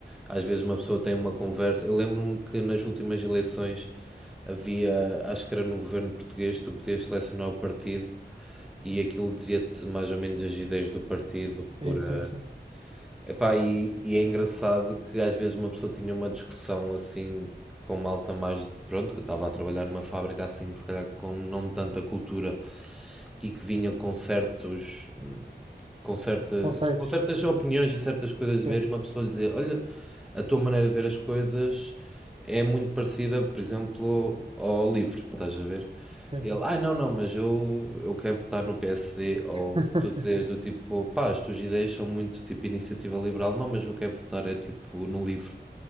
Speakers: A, in the centre; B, on the right.
A: Às vezes uma pessoa tem uma conversa. Eu lembro-me que nas últimas eleições havia, acho que era no governo português, tu podias selecionar o partido e aquilo dizia-te mais ou menos as ideias do partido por,
B: Sim, sim,
A: eh,
B: sim.
A: Epá, e, e é engraçado que às vezes uma pessoa tinha uma discussão assim com malta mais. Pronto, que eu estava a trabalhar numa fábrica assim, que se calhar com não tanta cultura e que vinha com certos, com certa,
B: Conceitos.
A: com certas opiniões e certas coisas
B: Sim,
A: de ver, e uma pessoa lhe dizia: Olha, a tua maneira de ver as coisas é muito parecida, por exemplo, ao livro, estás a ver?
B: sim.
A: E ele, ah, não, não, mas eu, eu quero votar no PSD. Ou
B: <laughs>
A: tu dizes do tipo, pá, as tuas ideias são muito tipo iniciativa liberal, não, mas eu quero votar é tipo no livro.